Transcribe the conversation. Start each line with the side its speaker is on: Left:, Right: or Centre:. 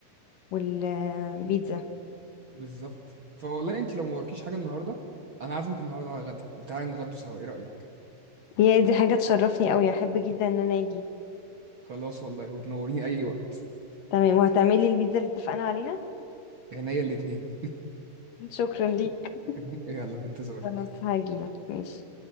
Left: والبيتزا
Right: بالظبط فوالله انت لو موركيش حاجة النهاردة أنا عازمك النهاردة على غدا وتعالى نتغدوا سوا ايه رأيك؟
Left: يا دي حاجة تشرفني قوي احب جدا ان انا اجي
Right: خلاص والله وتنوريني أي وقت
Left: تمام وهتعملي البيتزا اللي اتفقنا عليها
Right: عينيا الاتنين
Left: شكرا ليك
Right: <laughs> يلا بنتظرك
Left: خلاص هاجيلك ماشي